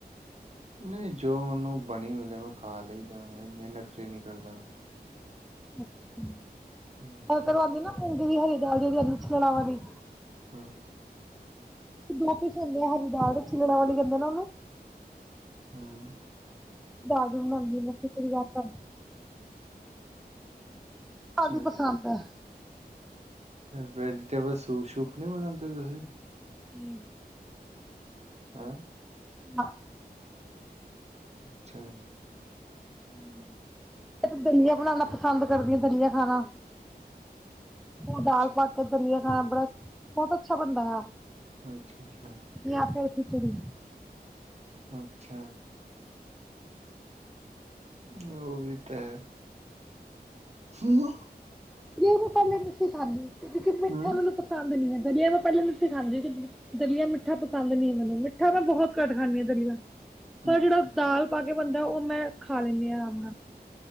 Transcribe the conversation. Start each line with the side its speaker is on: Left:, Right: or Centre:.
Right: ਨਹੀਂ ਜੋ ਮੈਨੂੰ ਬਣੀ ਮਿਲੇ, ਮੈਂ ਖਾ ਲਈਦਾ, ਇੰਨੇ ਨਖਰੇ ਨੀ ਕਰਦਾ ਮੈਂ।
Centre: <unintelligible>
Right: <unintelligible>
Centre: <unintelligible> ਆਂਦੀ ਨਾ ਮੂੰਗੀ ਦੀ ਵੀ ਹੈਗੀ, ਦਾਲ ਦੀ ਵੀ ਹੈਗੀ, ਛਿਲੜਾਂ ਵਾਲੀ।
Right: ਹਮਮ।
Centre: ਦੋ ਕੀਸਮ ਦੀ ਆ ਹਰੀ ਦਾਲ, ਉਹ ਛਿਲਣਾ ਵਾਲੀ ਕਹਿਦੇ ਨਾ ਉਹਨੂੰ?
Right: ਹਮਮ।
Centre: ਦਾਦੂ ਮੰਮੀ ਮਾਂ ਤੇਰੀ ਯਾਦ ਆਦੀਂ।
Right: ਅੱਛਾ
Centre: ਦੀ ਪਸੰਦ ਹੈ।
Right: ਵੈਜੀਟੇਬਲ ਸੂਪ-ਸੂਪ ਨਹੀਂ ਬਣਾਉਂਦੇ ਤੁਸੀਂ?
Centre: ਹਮ।
Right: ਹੈ
Centre: ਹਾਂ।
Right: ਅੱਛਾ।
Centre: ਹਮਮ। ਮ ਦਲੀਆ ਬਣਾਉਣਾ ਪਸੰਦ ਕਰਦੀ ਹਾਂ। ਦਲੀਆ ਖਾਣਾ। ਉਹ
Right: ਅੱਛਾ
Centre: ਦਾਲ ਪਾਕੇ ਦਲੀਆ ਖਾਣਾ, ਬੜਾ ਬਹੁਤ ਅੱਛਾ ਬਣਦਾ ਆ।
Right: ਅੱਛਾ ਜੀ।
Centre: ਜਾਂ ਫੇਰ ਖਿਚੜੀ
Right: ਅੱਛਾ। ਉਹ ਵੀ ਤਾਂ ਹੈ। ਹੂੰ
Centre: ਦਲੀਆ ਮੈਂ ਪਹਿਲੇ ਨਹੀਂ ਸੀ ਖਾਂਦੀ, ਕਿਉਕਿ
Right: ਅੱਛਾ
Centre: ਮਿੱਠਾ ਮੈਨੂੰ ਪਸੱਦ ਨਹੀਂ ਹੈ। ਦਲੀਆ ਮੈਂ ਪਹਿਲੇ ਨੀ ਸੀ ਖਾਂਦੀ ਕਿ ਦਲੀਆ ਮਿੱਠਾ ਪਸੰਦ ਨਹੀਂ ਮੈਨੂੰ। ਮਿੱਠਾ ਮੈਂ ਬਹੁਤ ਘੱਟ ਖਾਂਦੀ ਹਾਂ। ਦਲੀਆ ਪਰ
Right: ਅੱਛਾ
Centre: ਜਿਹੜਾ ਦਾਲ ਪਾ ਕੇ ਬੰਦਾ ਹੇ, ਉਹ ਮੈਂ ਖਾ ਲੈਂਦੀ ਹਾਂ ਆਰਾਮ ਨਾਲ।